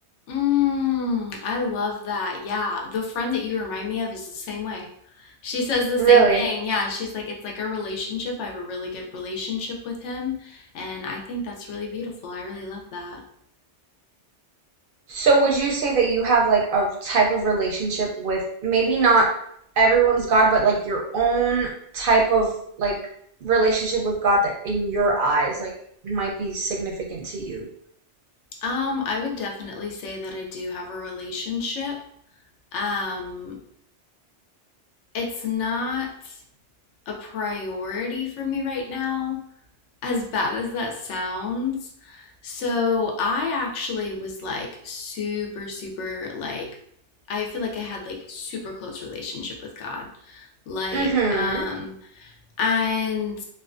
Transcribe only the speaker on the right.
Really?
So would you say that you have like a type of relationship with maybe not everyone's God, but like your own type of like relationship with God that in your eyes like might be significant to you?
Mm-hmm.